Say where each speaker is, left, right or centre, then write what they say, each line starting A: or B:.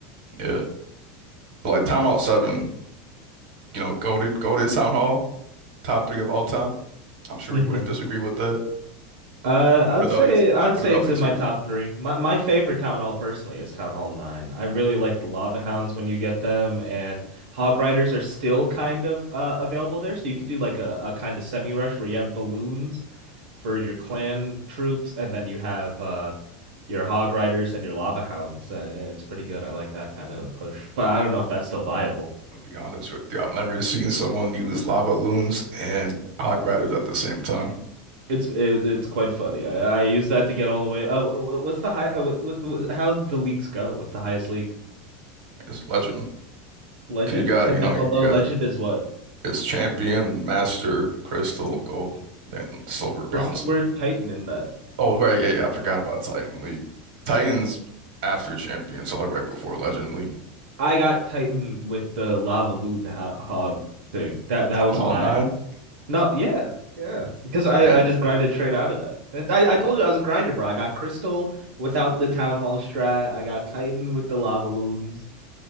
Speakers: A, on the right; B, on the right.
A: Yeah. But like Town Hall 7, you know, go to go to Town Hall, top three of all time. I'm sure
B: hmm
A: you wouldn't disagree with that.
B: Uh, I'd
A: What are the
B: say
A: other
B: I'd
A: what
B: say
A: are the
B: it's
A: other
B: in
A: two?
B: my top three. My my favorite
A: Yeah,
B: town hall personally is Town Hall Nine. I really like the lava hounds when you get them, and hog riders are still kind of uh available there, so you could do like a, a kind of semi rush where you have balloons for your clan troops, and then you have uh your hog riders and your lava hounds, and it's pretty good. I like that kind of push, but I don't know if that's still viable.
A: I'll be honest with you. I've never seen someone use lava loons and hog riders at the same time.
B: It's it, it's quite funny. I, I use that to get all the way. Oh, oh, oh, what's the high? oh, What, what, how the leagues go? What's the highest league?
A: It's legend.
B: Legend,
A: 'Cause you got,
B: and
A: you
B: then
A: know, you
B: below
A: got
B: Legend is what?
A: it's champion, master, crystal, gold, and silver, bronze.
B: Where's where's Titan in that?
A: Oh, right, yeah, yeah. I forgot about Titan League. Titan's after Champions, so like right before Legend League.
B: I got Titan with the Lava Loon ho Hog thing. That that
A: Town
B: was
A: Hall
B: my
A: 9.
B: no. Yeah, yeah. Because I
A: And
B: I just grinded straight out of that. And I I told you I was a grinder, bro. I got Crystal without the Town Hall strat. I got Titan with the Lava Loons.